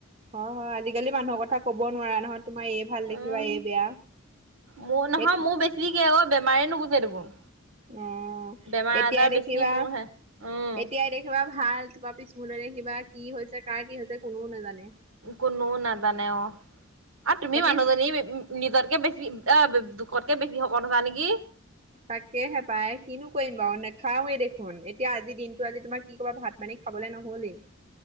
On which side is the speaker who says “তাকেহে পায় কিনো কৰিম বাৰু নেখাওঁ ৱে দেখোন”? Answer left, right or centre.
Right